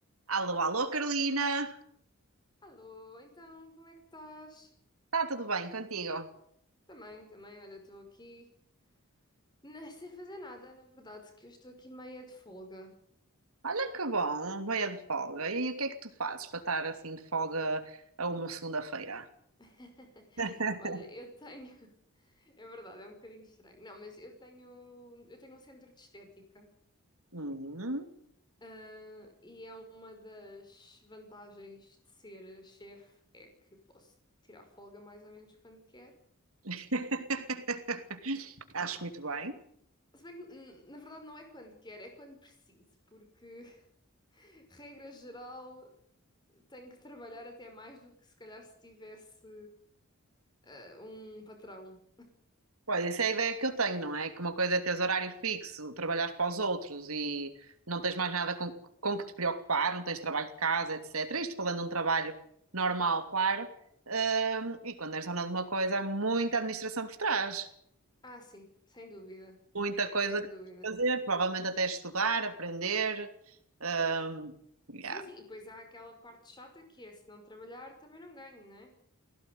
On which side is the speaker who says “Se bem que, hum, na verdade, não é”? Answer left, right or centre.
Left